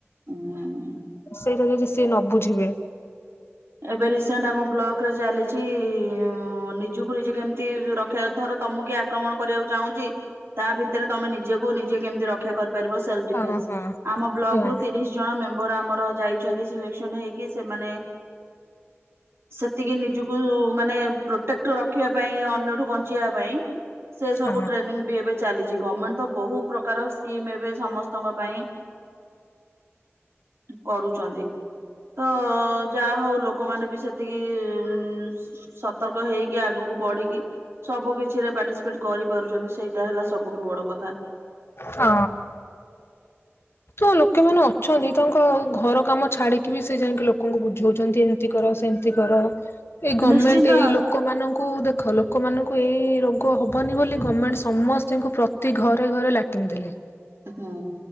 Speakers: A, on the right; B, on the left.
A: ଉୁଁ।
B: ସେଇଟା ଯଦି ସିଏ ନ ବୁଝିବେ
A: ଏବେ ରିସେଣ୍ଟ ଆମ ବ୍ଲକରେ ଚାଲିଛି ଉଁ ନିଜକୁ ନିଜେ କେମତି ରକ୍ଷା ଧର ତମକୁ କି ଆକ୍ରମଣ କରିବାକୁ ଚାହୁଁଛି ତା ଭିତରେ ତମେ ନିଜକୁ ନିଜେ କେମିତି ରକ୍ଷା କରି ପାରିବ ସେଲ୍ଫ ଡିଫେନ୍ସ
B: ହଁ ହଁ
A: ଆମ ବ୍ଲକରୁ
B: ହଁ
A: ତିରିଶ ଜଣ ମେମ ବର ଆମର ଯାଇଛନ୍ତି ସିଲେକ୍ସନ ହେଇକି ସେମାନେ ସେତିକି ନିଜକୁ ମାନେ ପ୍ରୋଟେକ୍ଟ ରଖିବା ପାଇଁ ଅନ୍ୟଠୁ ବଞ୍ଚେଇବା ପାଇଁ ସେ ସବୁ
B: ହଁ
A: ଟ୍ରେନିଂ ବି ଏବେ ଚାଲିଛି ଗଭର୍ଣମେଣ୍ଟ ତ ବହୁ ପ୍ରକାର ସ୍କିମ ଏବେ ସମ ଙ୍କ ପାଇଁ କରୁଛନ୍ତି। ତ ଯାହା ହଉ ଲୋକମାନେ ବି ସେତିକି। ଉ ସତର୍କ ହେଇକି ଆଗକୁ ବଢିକି ସବୁ କିଛିରେ ପାର୍ଟିସିପେଟ କରିପାରୁଛନ୍ତି ସେଇଟା ହେଲା ସବୁଠୁ ବଡ଼ କଥା।
B: ହଁ। ତ ଲୋକେମାନେ ଅଛନ୍ତି ତାଙ୍କ ଘର କାମ ଛାଡିକି ବି ସେ ଯାଇକି ଲୋକଙ୍କୁ ବୁଝଉଛନ୍ତି ଏମିତି କର। ସେମତି କର ଏଇ ଗମେଣ୍ଟ
A: ନିଶ୍ଚିନ୍ତ
B: ଏଇ ଲୋକମାନଙ୍କୁ ଦେଖ ଲୋ ଲୋକମାନଙ୍କୁ ଏଇ ରୋଗ ହବନି ବୋଲି ଗମେଣ୍ଟ୍ ସମସ୍ତିଙ୍କୁ ପ୍ରତି ଘରେ ଘରେ ଲାଟିନ୍ ଦେଲେ।
A: ହୁଁ।